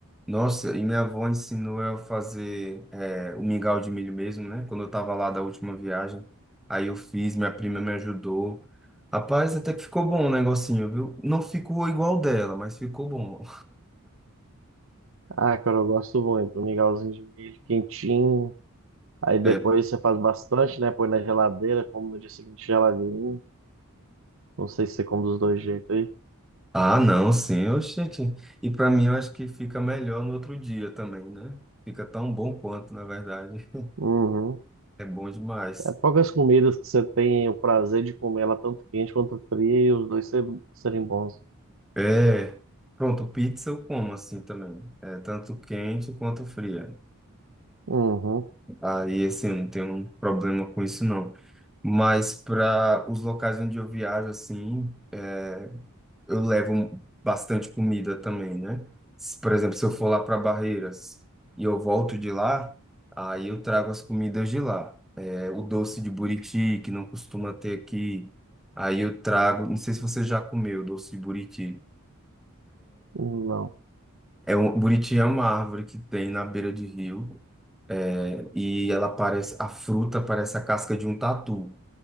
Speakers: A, in the centre; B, on the right.
A: Nossa, e minha avó ensinou eu a fazer é, o mingau de milho mesmo, né? Quando eu tava lá da última viagem, aí eu fiz, minha prima me ajudou. Rapaz, até que ficou bom o negocinho, viu? Não ficou igual dela, mas ficou bom.
B: Ah, cara, eu gosto muito. Um mingauzinho de milho quentinho. Aí depois
A: É,
B: você faz bastante, né? Põe na geladeira, como no dia seguinte geladinho. Não sei se você come dos dois jeitos aí.
A: ah, não, sim, oxente. E pra mim eu acho que fica melhor no outro dia também, né? Fica tão bom quanto, na verdade.
B: Uhum.
A: É bom demais.
B: É poucas comidas que você tem o prazer de comer ela tanto quente quanto fria e os dois ser- serem bons.
A: É. Pronto, pizza eu como assim também. É, tanto quente quanto fria.
B: Uhum.
A: Aí, assim, eu não tenho um problema com isso, não. Mas para os locais onde eu viajo, assim, é, eu levo bastante comida também, né? Se- Por exemplo, se eu for lá para Barreiras e eu volto de lá, aí eu trago as comidas de lá. É, o doce de buriti, que não costuma ter aqui. Aí eu trago, não sei se você já comeu doce de buriti.
B: Não.
A: É um, buriti é uma árvore que tem na beira de rio. É, e ela parece, a fruta parece a casca de um tatu.